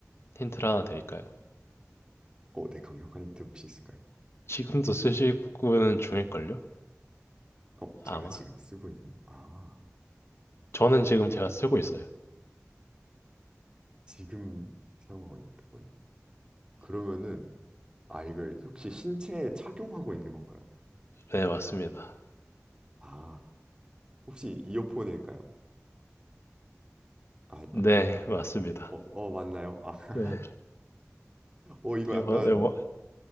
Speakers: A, on the left; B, on the right.
A: 힌트를 하나 드릴까요?
B: 어, 네. 강력한 힌트 혹시 있을까요?
A: 지금도 쓰시고는 중일걸요?
B: 어, 제가
A: 아마.
B: 지금 쓰고 있나요? 아,
A: 저는 지금 제가 쓰고 있어요.
B: 지금 사용하고 있다고요? 그러면은, 아, 이걸 혹시 신체에 착용하고 있는 건가요?
A: 네, 맞습니다.
B: 아. 혹시 이어폰일까요? 아,
A: 네,
B: 아, 아닙니다.
A: 맞습니다.
B: 어, 어, 맞나요? 아, <laughs>
A: 네.
B: 어, 이거
A: 이번
B: 약간,
A: 뭐,